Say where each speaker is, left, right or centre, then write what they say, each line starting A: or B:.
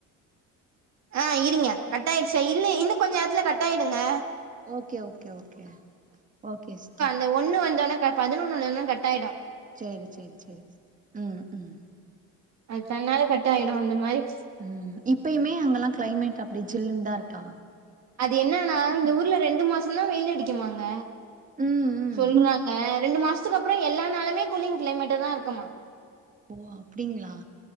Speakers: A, on the right; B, on the right.
A: ஆ இருங்க கட் ஆயிடுச்சா இல்ல இன்னு கொஞ்ச நேரத்துல கட் ஆயிடுங்க
B: okay okay okay okay sister
A: இந்த ஒண்ணு வந்தோன்ன கர பதினொன்னுலேந்து கட்டாயிடு
B: சேரி சேரி சேரி சிஸ்டர் ம் ம்
A: அது தன்னால கட் ஆயிடு அந்த மாரி
B: ம் இப்பயுமே அங்கலா கிளைமெட் அப்டி சில்லுனுதா இருக்கா
A: அது என்னானா இந்த ஊர்ல ரெண்டு மாசதா வெயில் அடிக்குமாங்க
B: ம் ம்
A: சொல்றாங்க ரெண்டு மாசத்துக்கு அப்றோ எல்லா நாளுமே கூலிங் கிளைமேட்டு தா இருக்குமா
B: ஓ அப்டிங்களா